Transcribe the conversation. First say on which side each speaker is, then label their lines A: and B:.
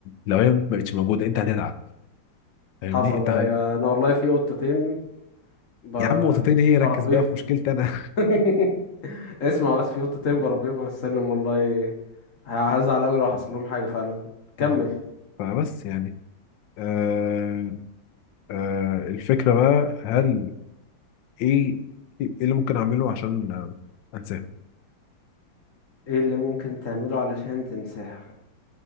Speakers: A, on the left (about 75°); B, on the left (about 50°).
A: لو هي ما بقتش موجوده انت هتزعل فاهمني
B: حصل
A: انت
B: ايوه انا والله في قطتين ب...
A: يا عم نقطتين ايه ركز
B: بربيهم
A: بقى في مشكلتي انا
B: <laughs> اسمع بس في قطتين بربيهم على السلم والله ه- هزعل أوي لو حصل لهم حاجة فعلا كمل
A: <laughs> فبس يعني آه آه الفكره بقى هل ايه ايه اللي ممكن اعمله عشان آه، انساه
B: ايه اللي ممكن تعمله علشان تنساها